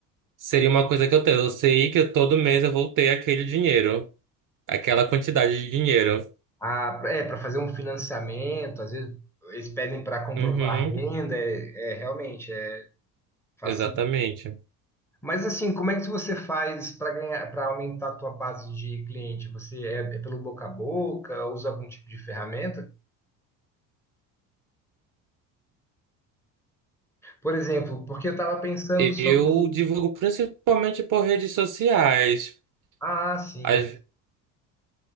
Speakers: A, on the right; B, in the centre.
A: seria uma coisa que eu tenho. Eu sei que todo mês eu vou ter aquele dinheiro, aquela quantidade de dinheiro.
B: Ah, é, para fazer um financiamento, às vezes eles pedem para comprovar
A: Uhum,
B: renda, é, é, realmente é fácil.
A: exatamente.
B: Mas assim, como é que você faz para ganhar, para aumentar a tua base de cliente? Você é, é pelo boca a boca, usa algum tipo de ferramenta? Por exemplo, porque eu estava pensando
A: Eu
B: sobre,
A: divulgo principalmente por redes sociais.
B: ah, sim,
A: As-